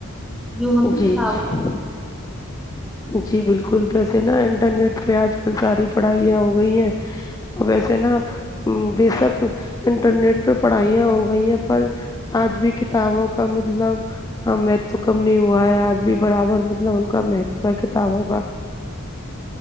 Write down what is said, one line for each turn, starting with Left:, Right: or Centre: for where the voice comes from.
Centre: جو ہم
Left: جی
Centre: کتابوں
Left: جی جی بالکل ویسے نا انٹرنیٹ پہ آج کل ساری پڑھائیاں ہو گئی ہیں اور ویسے نا بےشک انٹرنیٹ پہ پڑھائیاں ہو گئی ہیں پر آج بھی کتابوں کا مطلب ہاں متو کم نہیں ہوا ہے آج بھی برابر مطلب ان کا مہتو ہے کتابوں کا